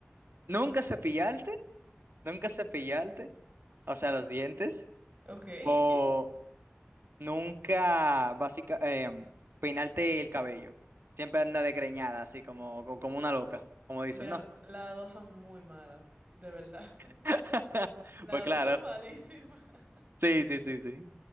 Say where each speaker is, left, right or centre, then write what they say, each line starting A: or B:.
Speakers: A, on the right; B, on the right.
A: ¿Nunca cepillarte? ¿Nunca cepillarte? O sea, los dientes.
B: Ok. <laughs>
A: ¿O nunca, básica, em, peinarte el cabello? Siempre anda desgreñada, así como, co- como una loca, como dicen,
B: Mira,
A: ¿no?
B: las dos son muy malas, de verdad. <laughs>
A: <laughs>
B: Las
A: Pues claro.
B: dos son malísimas. <laughs>
A: Sí, sí, sí, sí.